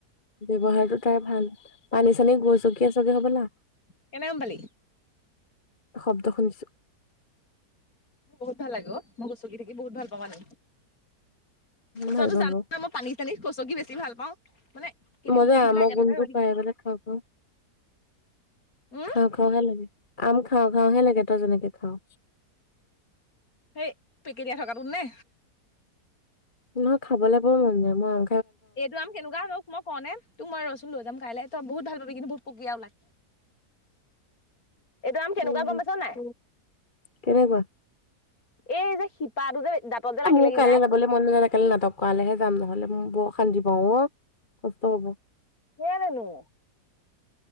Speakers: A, on the left; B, on the left.
A: ব্যৱহাৰটো তাৰ ভাল পানী চানী গৈছো কি চাগে হব লা।
B: কেনেকে গম পালি
A: শব্দ শুনিছো।
B: বহুত ভাল লাগ ও', মই গুচকি থাকি বহুত ভাল পাওঁ মানে। তইতো
A: ভাল পাব
B: জান ন মই পানী চানী কছ কি বেছি ভাল পাওঁ, মানে কেতিয়া
A: মই যে
B: বহি
A: আমৰ
B: পেলাই একে ঠাইতে
A: গোন্ধটো
B: ৰৈ থাকিম
A: পাই মানে খাওঁ খাওঁ
B: উম
A: খাওঁ খাওঁ হে লাগে। আম খাওঁ খাওঁ হে লাগে তই যেনেকে খাওঁ।
B: সেই পেকেটিয়াই থকাটো নে?
A: নহয় খাবলৈ বৰ মন যায়, মই আ
B: এইটো আম কেনেকুৱা হব মই কওঁ নে? তোৰ মই ৰচোন লৈ যাম কাইলে তই বহুত ভাল পাবি কিন্তু বহুত পুকীয়া ওলাই। এইটো আম কেনেকুৱা
A: উম
B: গম পাইছ নাই।
A: কেনেকুৱা।
B: এই যে শিপা টো যে দাঁতত যে লাগি
A: মোৰ
B: লাগি
A: কাইলৈ
B: যায়
A: যাবলৈ মন নযায়, কাইলৈ নাটক কৰালে হে যাম নহ'লে মোৰ বৰ অশান্তি পাওঁ অ কষ্ট হব।
B: কেলে নো?